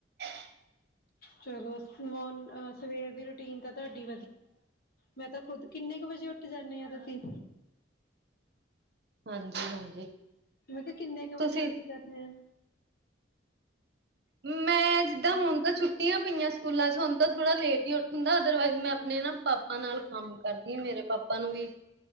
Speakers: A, on the right; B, on the left.
A: <inaudible>
B: ਚਲੋ, ਸਵੇਰ ਦੀ ਰੋਟੀਨ ਤਾਂ ਤਹਾਡੀ ਮੈਂ ਤਾਂ ਖੁਦ, ਕਿੰਨੇ ਕੁ ਵਜੇ ਉੱਠ ਜਾਂਨੇ ਆ ਤੁਸੀਂ?
A: ਹਾਂਜੀ ਹਾਂਜੀ
B: ਮੈਂ ਕਿਹਾ, ਕਿੰਨੇ ਕੁ
A: ਤੁਸੀਂ
B: ਵਜੇ ਉੱਠ ਜਾਨੇ ਆ?
A: ਮੈਂ ਜਿੱਦਾਂ ਹੁਨ ਤਾਂ ਛੁੱਟੀਆਂ ਪਈਆਂ ਸਕੂਲਾਂ ਚ, ਹੁਣ ਤਾਂ ਥੋੜਾ ਲੇਟ ਹੀ ਉਠ ਹੁੰਦਾ, ਅਦਰਵਾਈਜ਼ ਮੈਂ ਆਪਣੇ ਨਾ ਪ ਪਾਪਾ ਨਾਲ ਕੰਮ ਕਰਦੀ ਆ, ਮੇਰੇ ਪਾਪਾ ਨੂੰ ਵੀ